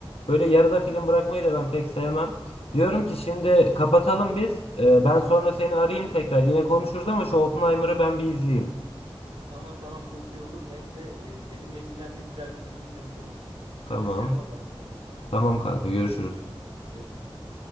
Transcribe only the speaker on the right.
Tamam tamam çok iyi olur. Hem de e, benim vesilemle güzel bir film izlemiş olursun.
Görüşelim o zaman sonra.
Görüşürüz.